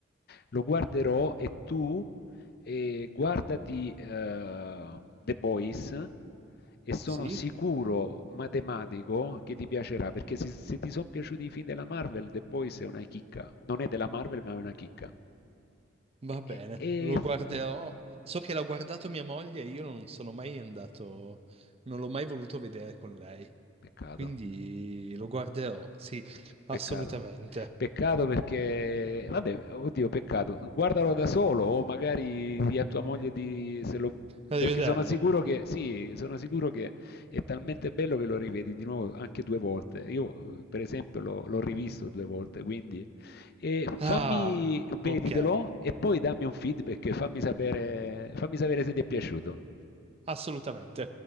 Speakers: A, on the left; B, on the right.
A: Lo guarderò e tu e guardati eh, The Boys e sono
B: sì,
A: sicuro matematico che ti piacerà perché se, se ti sono piaciuti i film della Marvel The Boys è una chicca non è della Marvel ma è una chicca
B: va bene,
A: e, e-
B: lo guarderò. So che l'ha guardato mia moglie e io non sono mai andato, non l'ho mai voluto vedere con lei.
A: peccato
B: Quindi lo guarderò, sì,
A: Pe-
B: assolutamente.
A: Peccato. Peccato perché, vabbè, oddio, peccato. Guardalo da solo o magari di a tua moglie di, se lo-
B: Arrivederlo.
A: perché sono sicuro che, sì, sono sicuro che è talmente bello che lo rivedi di nuovo anche due volte. Io, eh, per esempio, l'ho l'ho rivisto due volte, quindi e fammi,
B: Ah,
A: veditelo
B: ok,
A: e poi dammi un feedback, fammi sapere, fammi sapere se ti è piaciuto.
B: assolutamente.